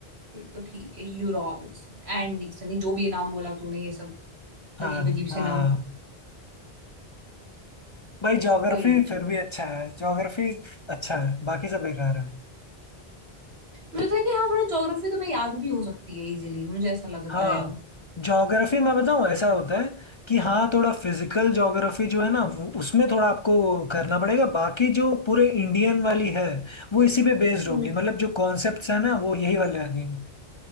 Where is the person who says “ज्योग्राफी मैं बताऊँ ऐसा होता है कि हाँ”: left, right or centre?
Left